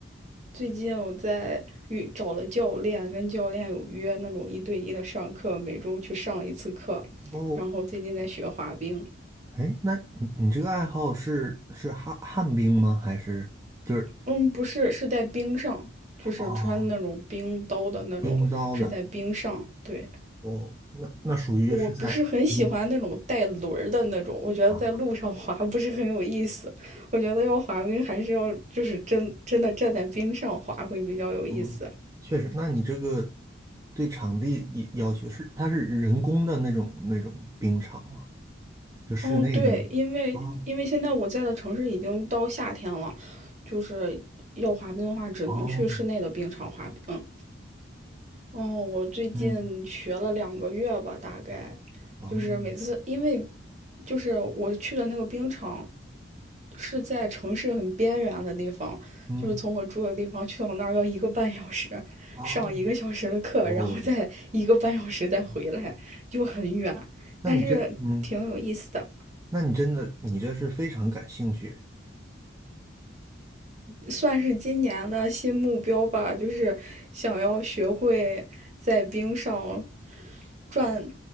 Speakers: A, on the right; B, on the right.
A: 最近我在遇找了教练，跟教练有约那种一对一的上课，每周去上一次课，
B: 哦，
A: 然后最近在学滑冰，
B: 哎，那你你这个爱好是是旱旱冰吗？还是就是
A: 嗯，不是，是在冰上，就是穿那种冰刀的那种，
B: 啊，冰刀的？
A: 是在冰上，对。
B: 哦，那那属于是在嗯，
A: 我不是很喜欢那种带轮儿的那种，我觉得在路上滑不是很有意思。
B: 啊，
A: 我觉得要滑冰还是要就是真真的站在冰上滑会比较有意思。
B: 嗯，确实，那你这个对场地要要求是，它是人工的那种那种冰场吗？就室内的吗？
A: 哦，对，因为因为现在我在的城市已经到夏天了，
B: 哦
A: 就是要滑冰的话，只能去室内的冰场滑冰。
B: 哦，
A: 哦，我最近学了两个月吧，
B: 嗯
A: 大概，
B: 哦
A: 就是每次因为就是我去的那个冰场是在城市很边缘的地方，
B: 嗯
A: 就是从我住的地方去到那儿要一个半小时，
B: 哦
A: 上一个小时的课，
B: 哦，
A: 然后再一个半小时再回来，就很远，
B: 那你真嗯，
A: 但是挺有意思的，
B: 那你真的你这是非常感兴趣
A: 算是今年的新目标吧，就是想要学会在冰上转